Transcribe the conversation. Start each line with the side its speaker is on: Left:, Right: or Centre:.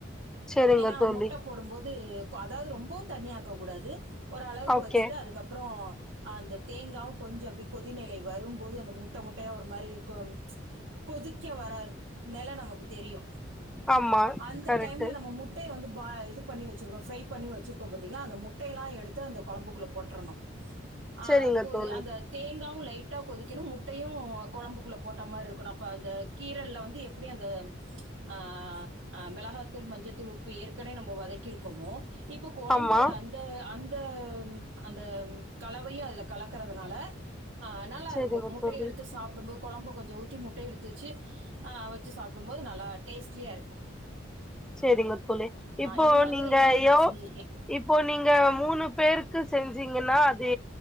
Centre: செரிங்க
Right: ஏனா
Centre: தோழி
Right: முட்ட போடும்போது து அதாவுது ரொம்பவு தண்ணியாக்க கூடாது ஓரளவுக்கு
Centre: ஓகே
Right: வச்சுட்டு அதுக்கப்புறோ அந்த தேங்காவு கொஞ்சோ அப்டி கொதிநிலை வரும்போது அந்த முட்ட முட் ட்டையா ஒரு மாரி இக்கு கொதிக்க வரா <unintelligible> நெல நமக்கு தெரியு
Centre: ஆமா
Right: அந்த
Centre: கரெக்ட்டு
Right: டைம்ல நம்ம முட்டய வந் வந்து பா இது பண்ணி வெச்சிருக்கோ ஃப்ரை பண்ணி வச்சிருக்கோ பாத்தீங்கலா அந்த முட்டை எல்லா எடுத்து அந்த கொழம்புக்குள்ள போட்றனு ஆ
Centre: செரிங்க
Right: கொது
Centre: தோழி
Right: அந்த தேங்காவு லைட் டா கொதிக்கனு முட்டையு கொழம்புக்குள்ள போட்ட மார்ருக்கனு அப்ப அந்த கீரல்ல வந்து எப்டி அந்த ஆ அ மிளகா தூள், மஞ்சத்தூள், உப்பு ஏற்கனே நம்போ வதக்கிருக்கொமோ இப்ப கொழம்போட
Centre: ஆமா
Right: அந்த அந் த ம் அந்த கலவையு அதுல கலக்கறதுனால அ நல்லாருக்கு
Centre: செரிங்க
Right: முட்டைய
Centre: தோழி
Right: எடுத்து சாப்டும்போ கொ ழம்ப கொஞ்சோ ஊத்தி முட்டைய எடுத்து வெச்சி ஆ வச்சு சாப்டும் போது நல்லா டேஸ்ட்லியா இருக்கு
Centre: செரிங்க தோழி இப்போ
Right: இது மாதிரி
Centre: நீங்க
Right: தான் இன்னைக்கு
Centre: யோ
Right: நான் செஞ்சுருக்கேன்
Centre: இப்போ நீங்க மூணு பேருக்கு செஞ்சீங்கன்னா அது